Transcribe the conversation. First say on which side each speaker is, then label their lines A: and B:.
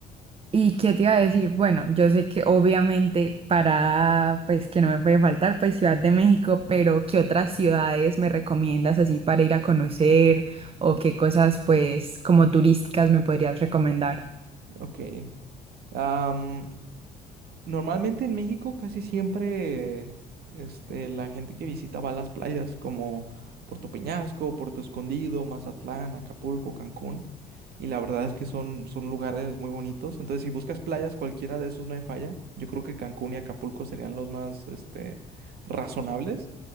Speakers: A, on the right; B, on the right.
A: ¿Y qué te iba a decir? Bueno, yo sé que obviamente para, pues que no me puede faltar, pues Ciudad de México, pero ¿qué otras ciudades me recomiendas así para ir a conocer o qué cosas pues como turísticas me podrías recomendar?
B: Ok. Am, Normalmente en México casi siempre este, la gente que visita va a las playas como Puerto Peñasco, Puerto Escondido, Mazatlán, Acapulco, Cancún. Y la verdad es que son, son lugares muy bonitos. Entonces, si buscas playas, cualquiera de esos no hay falla. Yo creo que Cancún y Acapulco serían los más este, razonables.